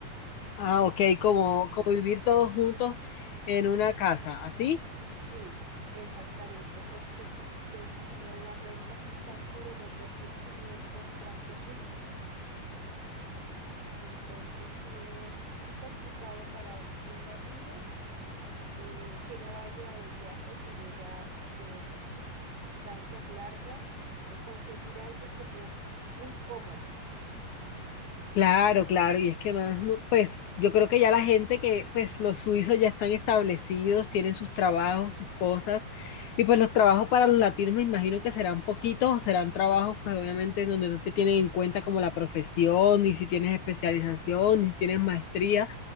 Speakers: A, on the left; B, on the right.
A: Ah, ok, como, como vivir todos juntos en una casa, ¿así?
B: Sí, exactamente, porque los, lo- las rentas están sobre los 2.500 francos suizos. Entonces, sí es, es complicado para un latino eh, que no vaya de viaje, sino ya de distancias largas, eh, conseguir algo como muy cómodo.
A: Claro, claro, y es que más, no- pues yo creo que ya la gente que, pues los suizos ya están establecidos, tienen sus trabajos, sus cosas, y pues los trabajos para los latinos me imagino que serán poquitos o serán trabajos, pues obviamente en donde no te tienen en cuenta como la profesión, ni si tienes especialización, ni si tienes maestría.